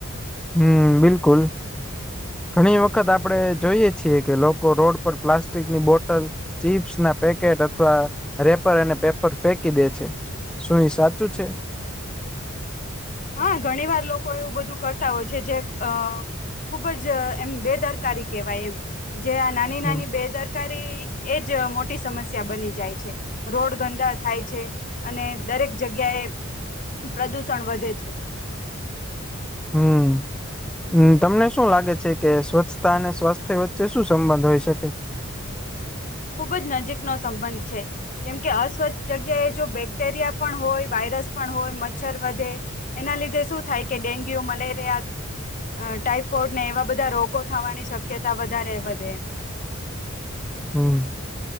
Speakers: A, in the centre; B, on the left.
A: હમ્મ બિલકુલ ઘણી વખત આપડે જોઈએ છીએ કે લોકો રોડ પર પ્લાસ્ટિકની બોટલ ચીપ્સ ના પેકેટ અથવા રેપર અને પેપર ફેંકી દે છે. શું એ સાચું છે?
B: હા ઘણી વાર લોકો એવું બધું કરતા હોય છે જે અ ખુબ જ એમ બેદરકારી કહેવાય એમ જે આ નાની
A: હમ
B: નાની બેદર સરકારી એજ મોટી સમસ્યા બની જાય છે રોડ ગંદા થાય છે. અને દરેક જગ્યાએ પ્રદુષણ વધે છે.
A: હમ. હમ તમને શું લાગે છે કે સ્વચ્છતા અને સ્વાસ્થ્ય વચ્ચે શું સંબંધ હોઈ શકે.
B: ખુબ જ નજીકનો સંબંધ છે. કેમકે અસ્વચ્છ જગ્યાએ જો બેક્ટેરિયા પણ હોય વાયરસ પણ હોય મચ્છર વધે એના લીધે શું થાય કે ડેન્ગ્યુ મલેરિયા અ ટાઈફોઇડ ને એવા બધા રોગો થવાની શક્યતા વધારે વધે એમ
A: હમ,